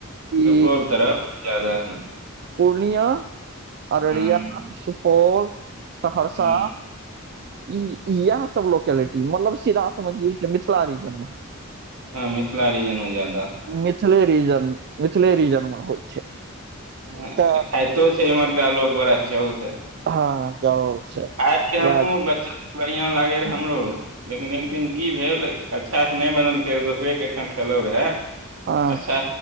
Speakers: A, on the right; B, on the right.
A: ई
B: सुपौल तरफ ज्यादा हय।
A: पूर्णियां, अररिया,
B: हँ
A: सुपौल, सहरसा
B: हूँ
A: इ इएह सब लोकेलिटी मतलब सीधा समझियौ जे मिथिला रीजनमे।
B: हँ मिथिला रीजन मे ज्यादा
A: मिथिले रीजन-मिथिले रीजनमे होइ छै
B: हँ
A: तऽ
B: खाइतो छै इम्हरका लोक बड़ा चाउसे
A: हाँ जाउ से
B: साग के हमहूँ
A: वएह
B: बच्चा बढ़ियाॅं लागे रहे हमरो लेकिन एक दिन की भेल अच्छा से नहि बनलकै रे दोसरे के ठाम खेल <unintelligible> खैलौं रेहे
A: हँ
B: अच्छा